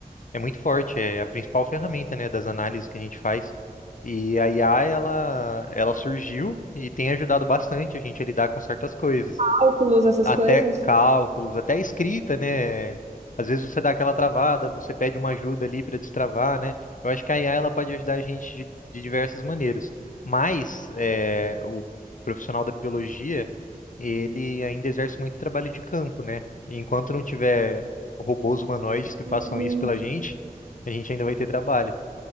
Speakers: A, on the left; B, on the right.
A: É muito forte, é a principal ferramenta, né, das análises que a gente faz. E a IA, ela, ela surgiu e tem ajudado bastante a gente a lidar com certas coisas.
B: Cálculos, essas
A: Até
B: coisas?
A: cálculos, até escrita, né? Às vezes você dá aquela travada, você pede uma ajuda ali para destravar, né? Eu acho que a IA, ela pode ajudar a gente de, de diversas maneiras. Mas é, o profissional da biologia ele ainda exerce muito trabalho de campo, né? E enquanto não tiver robôs humanoides que façam
B: Hum,
A: isso pela gente, a gente ainda vai ter trabalho.